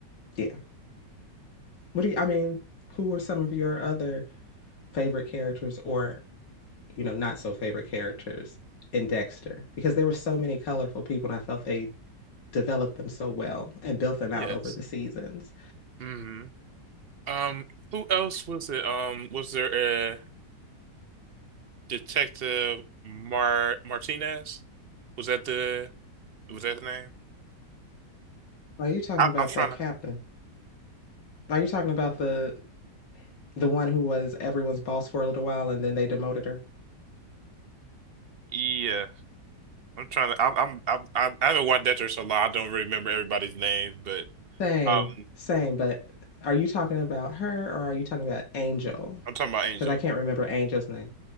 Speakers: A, on the left; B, on the right.
A: yeah. What do you, I mean, who were some of your other favorite characters or, you know, not so favorite characters in Dexter? Because there were so many colorful people and I felt they developed them so well and built them
B: Yes.
A: out over the seasons.
B: hmm Um, who else was it? Um, was there a Detective Mar Martinez? Was that the was that the name?
A: Are you talking
B: I,
A: about
B: I'm trying
A: that
B: to.
A: captain? Are you talking about the the one who was everyone's boss for a little while and then they demoted her?
B: Yeah, I'm trying to. I'm, I'm I'm I'm- I haven't watched Dexter a lot. I don't really remember everybody's names, but
A: Same,
B: um,
A: same, but are you talking about her or are you talking about Angel?
B: I'm talking about Angel.
A: Because I can't remember Angel's name.